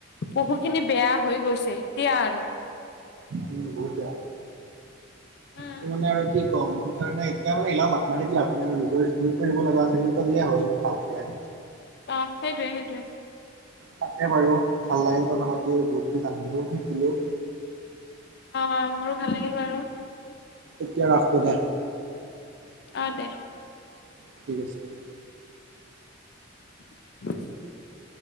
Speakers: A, on the left; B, on the right.
A: বহু খিনি বেয়া হৈ গৈছে, এতিয়া আৰু।
B: উম, বহুত বেয়া।
A: উম
B: শুন আৰু কি কম, যি কাৰণে এতিয়া আৰু ইয়াৰ মাথা মাৰি লাভ কৰিব লগা হৈছে। যি কৰিব লগা আছে সেই কৰিলেই হ'ল। ভালকে।
A: অ' সেইটোৱে, সেইটোৱে।
B: তাকে বাৰু ভাল লাগিল কথা পাতি, বহুতখিনি জানিলোও শিকিলোঁ।
A: অ'অ, মোৰো ভাল লাগিল বাৰু।
B: এতিয়া ৰাখো দে।
A: অ'দে।
B: ঠিক আছে দে।
A: <inaudible>